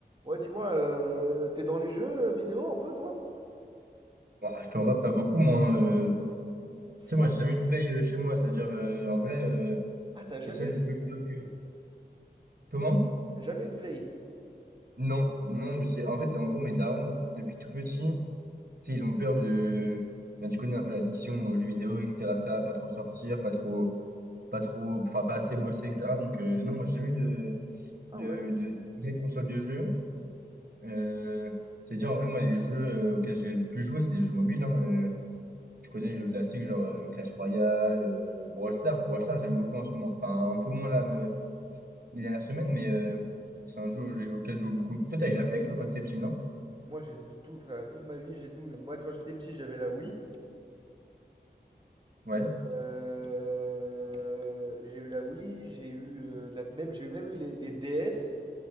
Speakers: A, on the right; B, on the right.
A: Ouais, dis-moi, euh, t'es dans les jeux euh, vidéo un peu, toi?
B: Bah, je t'en vas pas beaucoup, moi. hein, euh. Tu sais, moi,
A: Ah,
B: j'ai
A: ouais
B: jamais eu de play euh, chez moi. Ça veut dire, euh, en vrai, euh,
A: Ah, t'as jamais
B: les seuls
A: eu,
B: jeux vidéo que... Comment?
A: t'as jamais eu de Play?
B: Non, non, mais c'est... En fait, en gros, mes darons, depuis tout petit, tu sais, ils ont peur de... ben, tu connais un peu l'addiction aux jeux vidéo, etc. de ça, pas trop sortir, pas trop... Pas trop... Enfin, pas assez bosser, etc. Donc, euh, non, moi, j'ai jamais eu de...
A: Ah
B: De...
A: ouais.
B: De... des consoles de jeux. Euh... C'est-à-dire, en vrai, moi, les jeux euh, auxquels j'ai le plus joué, c'est des jeux mobiles. hein, euh. Tu connais les jeux classiques, genre euh, Clash Royale, euh, Brawl Stars. Brawl Stars, j'aime beaucoup en ce moment. Enfin, un peu moins là, euh, les dernières semaines, mais euh, c'est un jeu au- j'ai- auquel je joue beaucoup. Toi, t'as eu la Play, toi, quand t'étais petit, non?
A: Moi, j'ai de tout, frère. Toute ma vie, j'ai tout eu. Moi, quand j'étais petit, j'avais la Wii.
B: Ouais,
A: Euh, euh, j'ai eu la Wii, j'ai eu euh, la, même, j'ai eu même eu les, les DS,